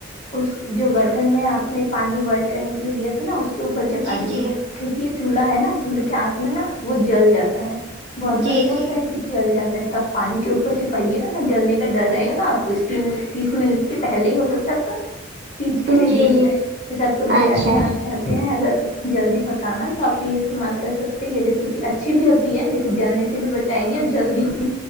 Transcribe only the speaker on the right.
جی
جی
جی
جی
جی
جی
اچھا